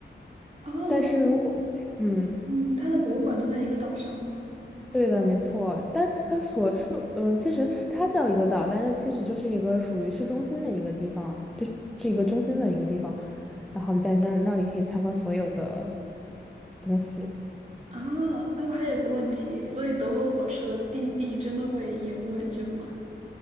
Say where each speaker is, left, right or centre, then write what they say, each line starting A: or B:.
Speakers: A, on the right; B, in the centre.
A: 哦，
B: 但是如果，嗯。
A: 嗯，它的博物馆都在一个岛上吗？
B: 对的，没错。但它所说，嗯，其实它叫一个岛，但是其实就是一个属于市中心的一个地方，就是一个中心的一个地方。然后你在那那里可以参观所有的东西。
A: 啊，哎，我还有个问题，所以德国火车 DB 真的会延误很久吗？